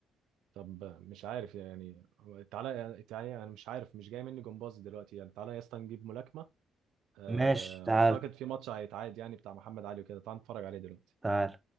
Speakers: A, on the right; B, on the right.
A: طب مش عارف يعني تعالى تعالى انا مش عارف مش جاي مني جمباز دلوقتي يعني تعالى يا اسطى نجيب ملاكمه آه،
B: ماشي تعال
A: اعتقد في ماتش هيتعاد يعني بتاع محمد علي وكده تعالى نتفرج عليه دلوقتي
B: تعال